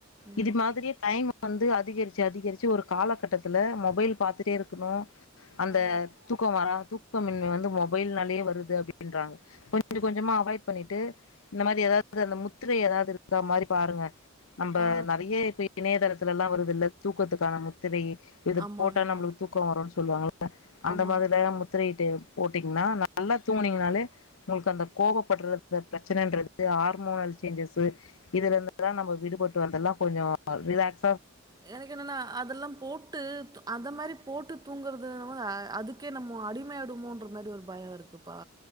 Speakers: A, on the right; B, on the left.
A: ம்
B: இது மாரி டைம் வந்து அதிகரிச் அதிகரிச் ஒரு காலகட்டத்துல மொபைல் பாத்துட்டே இருக்ணு அந்த
A: ஆ
B: தூக்கம் வரா தூக்கமின்மை வந்து மொபைல் நாலயே வருது அப்டின்றாங் கொஞ்ச கொஞ்சமா அவாய்ட் பண்ணிட்டு இந்த மாரி ஏதாவ்து அந்த முத்திரை ஏதாவ்து இருக்கா மாரி பாருங்க நம்ப
A: ஆ
B: நெறைய இப்ப இணையதளத்துலல்லா வருதுல்ல தூ க்கத்துக்கான முத்திரை இது
A: ஆமாம்மா
B: போட்டா நம்ளுக் தூக்கோ வருனு சொல்லுவாங்கள அந்த
A: ஆமா
B: மாதிரிலா முத்திரையிட்டு போட்டீங்னா நல்லா தூங்ணிங்கனாலே உங்ளுக் அந்த கோபப்படுற அந்த ப்ரச்சனன்றது ஹார்மோனல் சேஞ்சஸூ இதுல இருந்துதா நம்ப விடுபட்டு வந்தல்லா கொஞ்சோ ரிலாக்ஸ்
A: எனக்கென்னனா அதெல்லா போட்டு அந்த மாரி போட்டு தூங்குறது அதுக்கே நம்ம அடிமையாடுமோன்ற மாரி ஒரு பயோ இருக்குப்பா